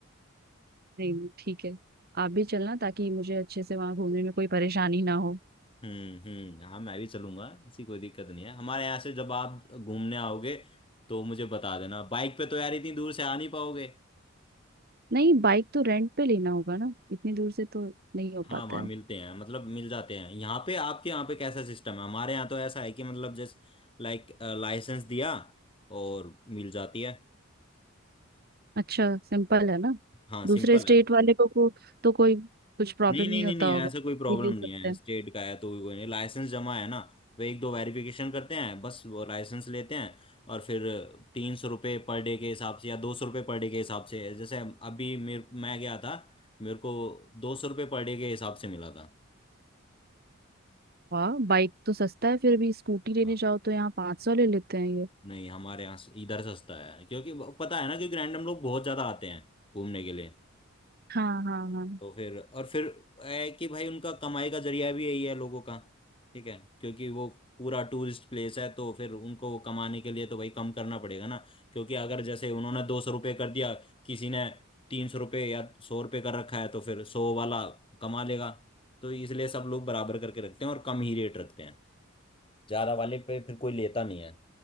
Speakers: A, on the right; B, on the left.
A: नहीं नहीं, ठीक है आप भी चलना ताकि मुझे अच्छे से वहां घूमने में कोई परेशानी ना हो
B: हम्म हम्म हाँ मैं भी चलूंगा ऐसी कोई दिक्कत नहीं है हमारे यहाँ से जब आप घूमने आओगे तो मुझे बता देना बाइक पे तो यार इतनी दूर से आ नहीं पाओगे
A: नहीं बाइक तो रेंट पे लेना होगा ना इतनी दूर से तो नहीं हो
B: हाँ
A: पाता
B: वहाँ
A: है
B: मिलते हैं मतलब मिल जाते हैं यहाँ पे आपके यहाँ पे कैसा सिस्टम है हमारे यहाँ तो ऐसा है कि मतलब जैसे लाइक लाइसेंस दिया और मिल जाती है
A: अच्छा सिंपल है ना
B: हाँ सिंपल
A: दूसरे स्टेट
B: है
A: वाले को, को तो कोई कुछ प्रॉब्लम
B: नहीं नहीं
A: नहीं
B: नहीं
A: होता
B: नहीं
A: होगा
B: ऐसा कोई प्रॉब्लम
A: भी ले
B: नहीं
A: सकते
B: है
A: हैं
B: स्टेट का है तो भी कोई नहीं लाइसेंस जमा है ना वो एक दो वेरिफिकेशन करते हैं बस वो लाइसेंस लेते हैं और फिर तीन सौ रुपये पर डे के हिसाब से या दो सौ रुपये पर डे के हिसाब से जैसे अभी मेरे मैं गया था मेरे को दो सौ रुपये पर डे के हिसाब से मिला था
A: वाह बाइक तो सस्ता है फिर भी स्कूटी लेने
B: हाँ।
A: जाओ तो यहाँ पाँच सौ ले लेते हैं ये
B: नहीं हमारे यहाँ से- इधर सस्ता है क्योंकि वो- पता है ना क्योंकि रैंडम लोग बहुत ज्यादा आते हैं घूमने के लिए
A: हाँ हाँ हाँ
B: तो फिर और फिर है कि भाई उनका कमाई का जरिया भी यही है लोगों का ठीक है क्योंकि वो पूरा टूरिस्ट प्लेस है तो फिर उनको कमाने के लिए तो भाई कम करना पड़ेगा ना क्योंकि अगर जैसे उन्होंने दो सौ रुपये कर दिया किसी ने तीन सौ रुपये या सौ रुपये कर रखा है तो फिर सौ वाला कमा लेगा तो इसलिए सब लोग बराबर करके रखते हैं और कम ही रेट रखते हैं ज्यादा वाले पे फिर कोई लेता नहीं है